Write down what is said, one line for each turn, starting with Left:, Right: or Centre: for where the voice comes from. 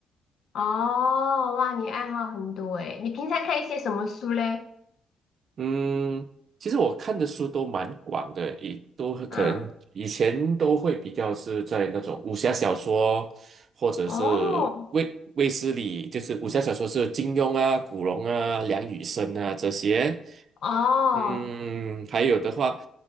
Left: 哦，哇，你爱好很多哎。你平常看一些什么书嘞？
Right: 嗯，其实我看的书都蛮广的，也都可能以前都会比较是在那种武侠小说，
Left: 嗯，
Right: 或者是卫卫斯理，
Left: 哦，
Right: 就是武侠小说是金庸啊、古龙啊、梁羽生啊这些。
Left: 哦，
Right: 嗯，还有的话，